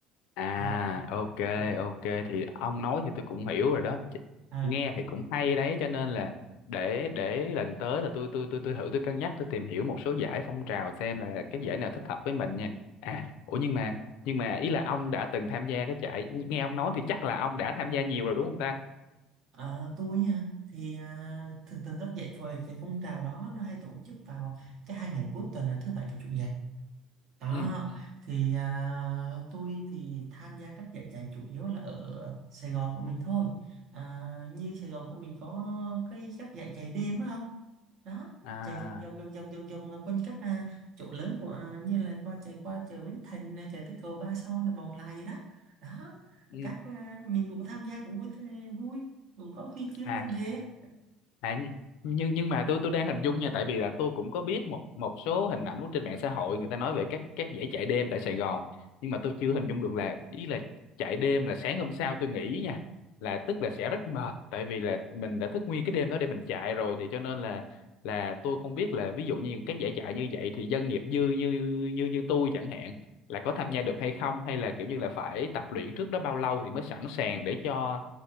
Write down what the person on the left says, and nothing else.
à
ok
ok thì ông nói thì tôi cũng hiểu rồi đó Ch-
nghe thì cũng hay đấy cho nên là để để lần tới là tôi tôi tôi tôi thử tôi cân nhắc tôi tìm hiểu một số giải phong trào xem là cái giải nào thích hợp với mình nha à ủa nhưng mà nhưng mà ý là ông đã từng tham gia cái chạy nghe ông nói thì chắc là ông đã tham gia nhiều rồi đúng không ta
ừ
à
ừ
à
À, nh- nhưng nhưng mà tôi tôi đang hình dung nha tại vì là tôi cũng có biết một một số hình ảnh trên mạng xã hội người ta nói về các các dãy chạy đêm tại Sài Gòn nhưng mà tôi chưa hình dung được là ý là chạy đêm là sáng hôm sau tôi nghĩ nha là tức là sẽ rất mệt tại vì là mình đã thức nguyên cái đêm đó để mình chạy rồi thì cho nên là là tôi không biết là ví dụ như các giải chạy như vậy thì dân nghiệp dư như như như tôi chẳng hạn là có tham gia được hay không hay là kiểu như là phải tập luyện trước đó bao lâu thì mới sẵn sàng để cho